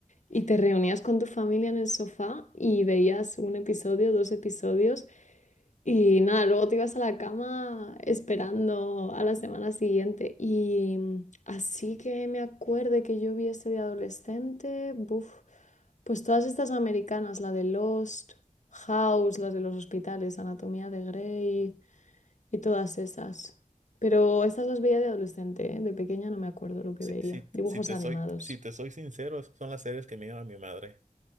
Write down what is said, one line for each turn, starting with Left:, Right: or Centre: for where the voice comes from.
Left: Y te reunías con tu familia en el sofá y veías un episodio, dos episodios y nada, luego te ibas a la cama esperando a la semana siguiente. Y mm, así que me acuerde que yo vi este de adolescente, buf, pues todas estas americanas, la de Lost, House, las de los hospitales, Anatomía de Grey y todas esas. Pero estas las veía de adolescente, ¿eh? De pequeña no me acuerdo lo que
Right: Si,
Left: veía.
Right: si-
Left: Dibujos
Right: si te
Left: animados.
Right: soy, si te soy sincero, esas son las series que me llama mi madre